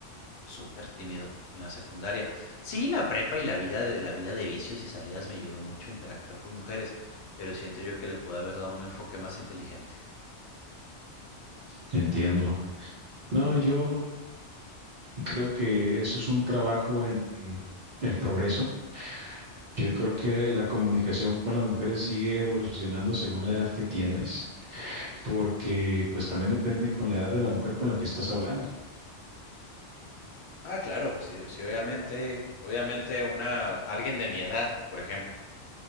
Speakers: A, on the left (about 70°); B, on the right (about 50°).
A: súper tímido en la secundaria. Sí, la prepa y la vida de, la vida de vicios y salidas me ayudó mucho a interactuar con mujeres, pero siento yo que le pude haber dado un enfoque más inteligente.
B: Entiendo. No, yo creo que eso es un trabajo en, en progreso. Yo creo que la comunicación con las mujeres sigue evolucionando según la edad que tienes. porque pues también depende con la edad de la mujer con la que estás hablando.
A: Ah, claro, pues sí, sí, obviamente, obviamente una, alguien de mi edad, por ejemplo,